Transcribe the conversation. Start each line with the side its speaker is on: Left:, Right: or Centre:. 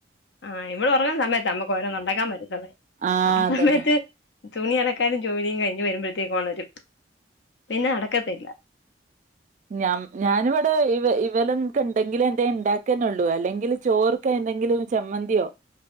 Left: ആഹ് ഇവളൊറങ്ങ്ന്ന സമയത്താ നമ്മുക്ക് ഓരോന്നുണ്ടാക്കാൻ പറ്റത്തൊള്ളെ,
Right: ആഹ്
Left: ആ
Right: അതന്നെ
Left: സമയത്ത് തുണി അലക്കാനും ജോലിയും കഴിഞ്ഞ് വരുമ്പഴത്തേക്ക് ഒണരും. പിന്നെ അടക്കത്തില്ല.
Right: ഞ്ഞം ഞാന് വടെ ഇവ ഇവല ൻക്കെണ്ടെങ്കിലെന്തേം ഇണ്ടാക്കെന്നൊള്ളൂ. അല്ലെങ്കില് ചോറ് ക്കെ എന്തെങ്കിലും ചമ്മന്തിയോ